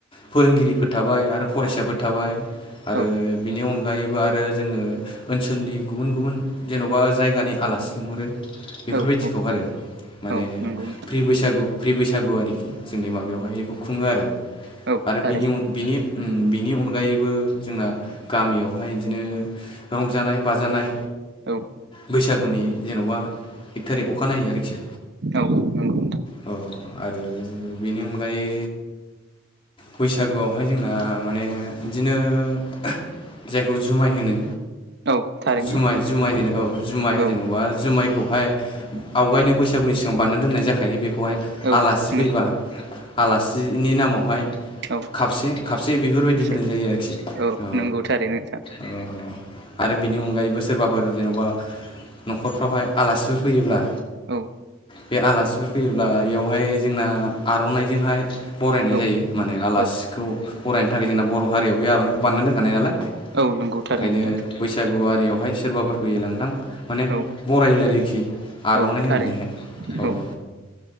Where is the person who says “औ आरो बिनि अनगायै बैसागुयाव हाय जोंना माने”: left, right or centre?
Left